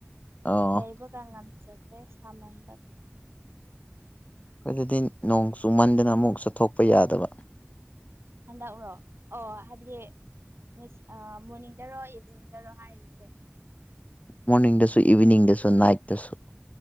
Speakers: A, on the left (about 35°); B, on the right (about 75°).
A: ꯑꯣ
B: ꯂꯩꯕꯒ ꯆꯠ ꯁꯃꯟ
A: ꯑꯩꯈꯣꯏꯗꯤ ꯅꯣꯡ ꯆꯨꯃꯟꯗꯅ ꯑꯃꯨꯛ ꯆꯠꯊꯣꯛꯄ ꯌꯥꯗꯕ
B: ꯍꯟꯗꯛ ꯎꯔꯣ ꯑꯣ ꯍꯥꯏꯕꯗꯤ ꯉꯁꯤ ꯃꯅꯤꯡꯗꯔꯣꯑꯗꯤꯅꯤꯡꯗꯔꯣ ꯍꯥꯏꯔꯤꯁꯦ
A: ꯃꯣꯔꯅꯤꯡꯗꯁꯨ ꯏꯚꯅꯤꯡꯗꯁꯨ ꯅꯥꯏꯏꯠ ꯗꯁꯨ